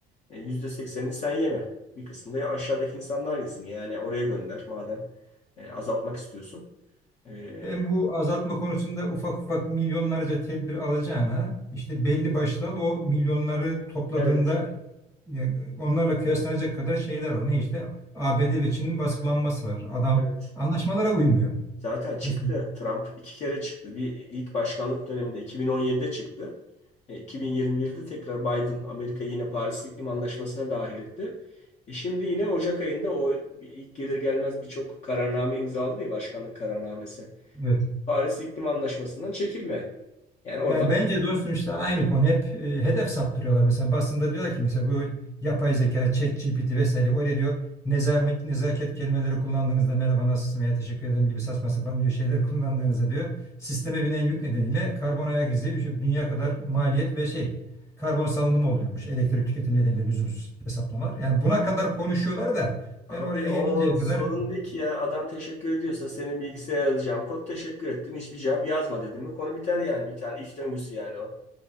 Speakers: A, on the left (about 45°); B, on the left (about 15°).
A: e, yüzde seksenini sen yeme. Bir kısmını da aşağıdaki insanlar yesin. Yani oraya gönder madem e, azaltmak istiyorsun. E,
B: Ben bu azaltma konusunda ufak ufak milyonlarca tedbir alacağına işte belli başlı al o milyonları topladığında
A: evet,
B: ya, onlarla kıyaslanacak kadar şeyler var. Ne işte ABD ve Çin'in baskılanması var. Adam
A: evet.
B: anlaşmalara uymuyor.
A: Zaten çıktı.
B: Mesela,
A: Trump iki kere çıktı. Bir ilk başkanlık döneminde 2017'de çıktı. E, 2021'de tekrar Biden Amerika'yı yine Paris İklim Anlaşması'na dahil etti. E, şimdi yine Ocak ayında o ilk gelir gelmez birçok kararname imzaladı ya başkanlık kararnamesi.
B: evet.
A: Paris İklim Anlaşması'ndan çekilme. Yani oradan
B: Yani bence dostum işte aynı konu hep e, hedef saptırıyorlar. Mesela basında diyorlar ki mesela bu yapay zeka, ChatGPT vesaire oraya diyor nezaket, nezaket kelimeleri kullandığınızda merhaba nasılsın veya teşekkür ederim gibi saçma sapan diyor şeyleri <laughs> kullandığınızda diyor sisteme binen yük nedeniyle karbon ayak izi bir şey, dünya kadar maliyet ve şey karbon salınımı oluyormuş elektrik tüketimi nedeniyle lüzumsuz hesaplamalar. Yani buna kadar konuşuyorlar da
A: Abi
B: ben oraya
A: o
B: gelinceye
A: sorun
B: kadar
A: değil ki ya. Adam teşekkür ediyorsa senin bilgisayara yazacağım kod teşekkür ettim. Hiçbir cevap yazma dedim mi konu biter yani. Bir tane iş döngüsü yani o.